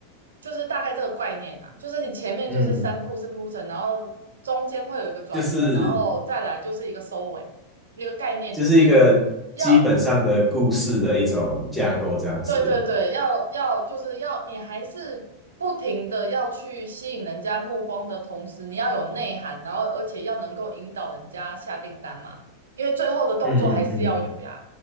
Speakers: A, on the right (about 70°); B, in the centre.
A: 就是大概这个概念啊，就是你前面就是三步是铺陈，
B: 嗯，
A: 然后中间会有一个转折，
B: 就是。
A: 然后再来就是一个收尾，一个概念就是。
B: 就是一个基本上的故事的一种架构这样子。
A: 要对对对，要要就是要你还是不停的要去吸引人家目光的同时，你要有内涵，然后而且要能够引导人家下订单嘛，因为最后的动作还是要有呀。
B: 嗯嗯嗯